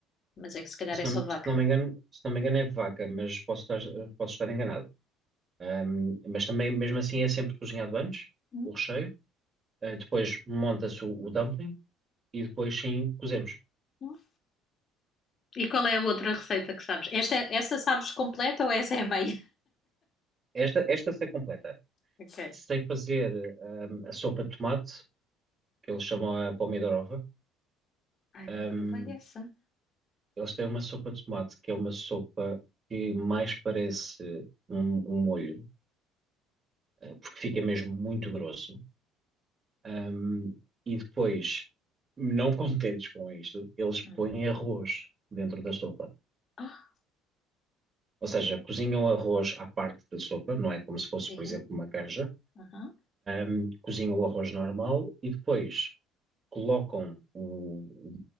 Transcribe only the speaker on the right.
se
não,
se não me engano, se não me engano é vaca, mas posso estar, posso estar enganado. Ahm, mas também, mesmo assim, é sempre cozinhado antes,
o recheio. Ah, depois monta-se o, o dumpling e depois sim cozemos.
Esta, esta sei completa.
Sei fazer hum, a sopa de tomate, que eles chamam a pomidorova.
Hum,
eles têm uma sopa de tomate, que é uma sopa que mais parece um, um molho, eh, porque fica mesmo muito grosso. Hum, e depois, não <laughs> contentes com isto, eles põem
arroz dentro da sopa.
Ou seja, cozinham arroz à parte da sopa, não é como se fosse,
por exemplo, uma canja.
Hum, cozinham o arroz normal e depois colocam o,